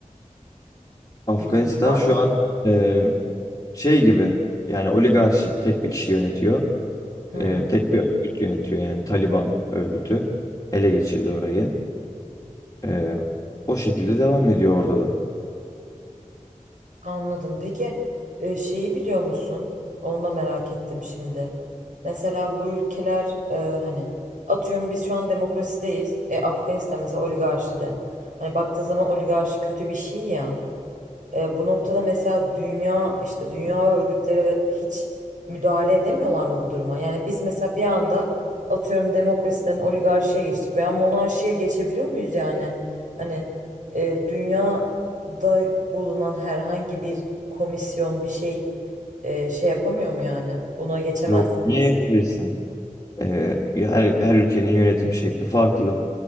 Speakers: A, on the left (about 25°); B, on the right (about 70°).
A: Afganistan
B: Bir bilgi var
A: şu
B: mı?
A: an e, şey gibi yani oligarşi tek bir kişi yönetiyor.
B: Hı,
A: E, tek bir örgüt yönetiyor yani Taliban örgütü ele geçirdi orayı. Ee, o şekilde devam ediyor orada da.
B: anladım. Peki e, şeyi biliyor musun? Onu da merak ettim şimdi. Mesela bu ülkeler e, hani atıyorum biz şu an demokrasideyiz. E, Afganistan mesela oligarşide. Hani baktığın zaman oligarşi kötü bir şey ya. E, bu noktada mesela dünya işte dünya örgütleri ve hiç müdahale edemiyorlar mı bu duruma? Yani biz mesela bir anda atıyorum demokrasiden oligarşiye geçtik veya monarşiye geçebiliyor muyuz yani? Hani e, dünyada bulunan herhangi bir komisyon bir şey e, şey yapamıyor mu yani? Buna geçemezsiniz.
A: Yok niye yapabilsin? Ee, ya her, her ülkenin yönetim şekli farklı.